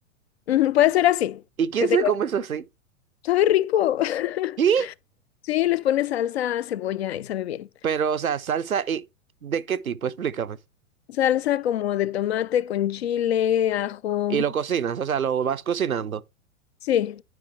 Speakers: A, on the left (about 50°); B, on the right (about 80°).
A: Ujú, puede ser así,
B: ¿Y quién
A: que
B: se
A: te
B: come eso así?
A: sabe rico. <laughs>
B: ¿Qué?
A: Sí, les pones salsa, cebolla y sabe bien.
B: Pero, o sea, salsa y ¿de qué tipo? Explícame.
A: Salsa como de tomate con chile, ajo.
B: Y lo cocinas, o sea, lo vas cocinando.
A: Sí.